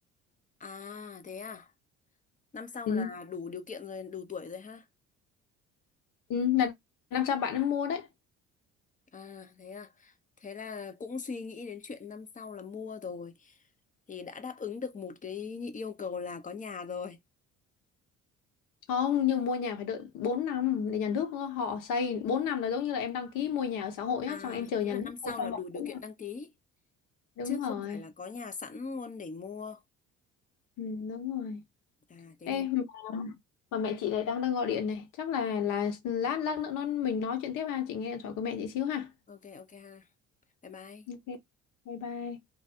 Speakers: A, on the left (about 20°); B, on the left (about 55°).
A: à thế à năm sau
B: ừ.
A: là đủ điều kiện rồi đủ tuổi rồi ha
B: Ừ. là năm sau bạn ấy mua đấy
A: à thế à thế là cũng suy nghĩ đến chuyện năm sau là mua rồi thì đã đáp ứng được một cái yêu cầu là có nhà rồi
B: không nhưng mua nhà phải đợi 4 năm để nhà nước họ xây 4 năm là giống như là em đăng ký mua nhà ở xã hội
A: à
B: á xong em chờ
A: có
B: nhà
A: nghĩa là
B: nước
A: năm sau
B: xây cho
A: là
B: một
A: đủ điều
B: bốn
A: kiện
B: năm.
A: đăng ký
B: đúng
A: chứ không
B: rồi
A: phải là có nhà sẵn luôn để mua
B: ừ, đúng rồi
A: à thế
B: Ê,
A: thì
B: mà, mà mẹ chị lại đang đang gọi điện này chắc là là lát lát nữa nó mình nói chuyện tiếp ha chị nghe điện thoại của mẹ chị xíu ha
A: ok ok ha bye bye
B: ok bye bye